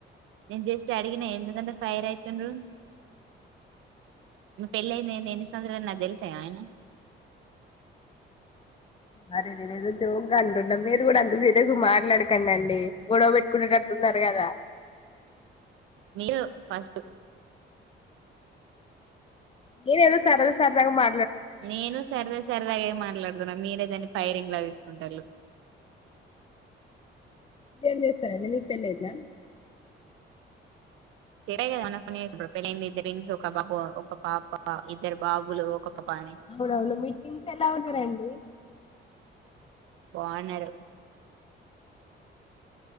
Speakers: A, on the right; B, on the left.
A: నేను జస్ట్ అడిగినా ఎందుకంత ఫైర్ అయితుండ్రు మీ పెళ్ళయింది ఎన్ని ఎన్ని సంవస్రాలు నాకు తెలుసాయ ఐనా
B: అరె రె ఏదో జోగ్గా అంటున్నా మీరు కూడా అంత సిరియస్గా మాట్లాడకండి అండి గొడవ పెట్టుకునేటట్టున్నారు కదా
A: మీరు ఫస్ట్
B: నెన్ ఏదో సరద సరదాగా మా
A: నేను సరదా సరదాగే మాట్లాడుతున్నా మీరే దాన్ని ఫైరింగ్ లా తీస్ ఉంటల్లు
B: ఏంచేస్తారండీ మీకు పెళ్లయిందా
A: సరే కదా <unintelligible> పెళ్లంది ఇద్దరు ట్విన్స్ ఒక బాబు ఒక పాప ఇద్దరు బాబులు ఒక పాప అని
B: అవునవును మీ ట్విన్స్ ఎలా ఉన్నారండి
A: బావున్నారు